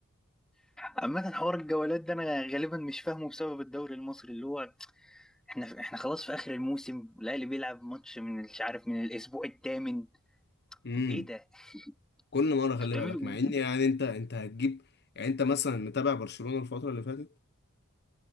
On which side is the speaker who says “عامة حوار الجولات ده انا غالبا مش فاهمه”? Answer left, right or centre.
Centre